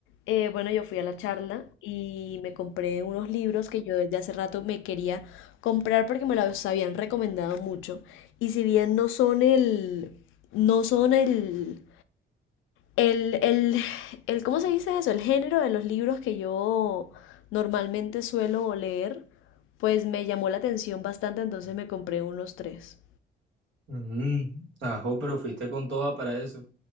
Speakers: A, on the left; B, on the right.
A: eh, bueno, yo fui a la charla y me compré unos libros que yo desde hace rato me quería comprar porque me los habían recomendado mucho. Y si bien no son el, no son el, El, el, el, ¿cómo se dice eso? El género de los libros que yo normalmente suelo leer, pues me llamó la atención bastante, entonces me compré unos tres.
B: Mm, ajo, pero fuiste con toda para eso.